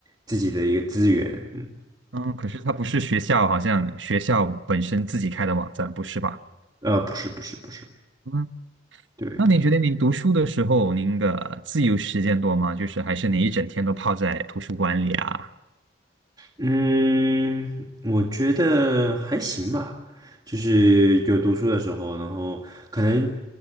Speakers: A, on the right; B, on the right.
A: 自己的一个资源，嗯，
B: 嗯，可是它不是学校，好像学校本身自己开的网站，不是吧？
A: 呃，不是不是不是，
B: 嗯，
A: 对，
B: 那您觉得您读书的时候，您的自由时间多吗？就是还是你一整天都泡在图书馆里啊？
A: 嗯，我觉得还行吧，就是有读书的时候，然后可能